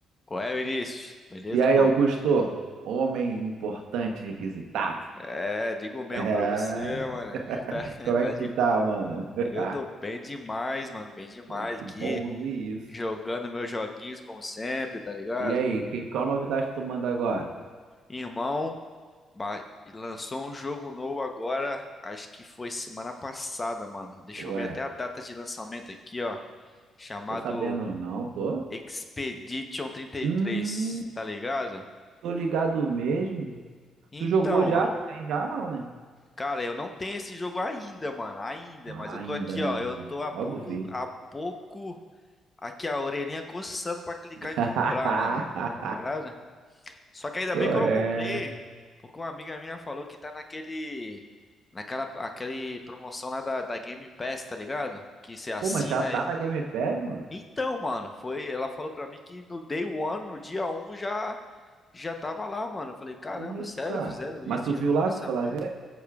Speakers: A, on the left (about 25°); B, on the right (about 85°).
A: Qual é, Vinícius? Beleza,
B: E aí,
A: irmão?
B: Augusto? Homem importante requisitado.
A: É, digo mesmo
B: É.
A: pra você, mano.
B: <laughs>
A: <laughs> Tá,
B: Como
A: tá
B: é que
A: de...
B: tu tá, mano? <laughs>
A: Eu tô bem demais, mano. Bem demais
B: Pô, que
A: aqui.
B: bom ouvir isso.
A: Jogando meus joguinhos como sempre, tá ligado?
B: E aí, que, qual novidade tu manda agora?
A: Irmão, ba- lançou um jogo novo agora. Acho que foi semana passada, mano. Deixa
B: Ué,
A: eu ver até a data de lançamento aqui, ó. Chamado
B: tô sabendo, não, tô?
A: Expedition 33,
B: Hum,
A: tá ligado?
B: tô ligado mesmo.
A: Então,
B: Tu jogou já?
A: mano.
B: Tem já não, né?
A: Cara, eu não tenho esse jogo ainda, mano. Ainda,
B: Ah,
A: mas eu
B: ainda,
A: tô aqui,
B: né?
A: ó. Eu tô a pouco,
B: Logo vi.
A: a pouco, aqui a orelhinha coçando pra clicar
B: <laughs>
A: em comprar, mano. Tá ligado? Só que ainda
B: Qual
A: bem que eu
B: é?
A: não comprei, porque uma amiga minha falou que tá naquele, naquela, aquele promoção lá da, da Game Pass, tá ligado? Que você assina.
B: Pô, mas já tá
A: e-
B: na Game Pass, mano?
A: Então, mano, foi. Ela falou pra mim que no day one, no dia um já, já tava lá, mano. Eu falei, caramba,
B: Que isso,
A: sério,
B: cara?
A: fizeram
B: Mas
A: isso
B: tu
A: em
B: viu
A: jogo
B: lá,
A: lançamento?
B: tu foi lá ver?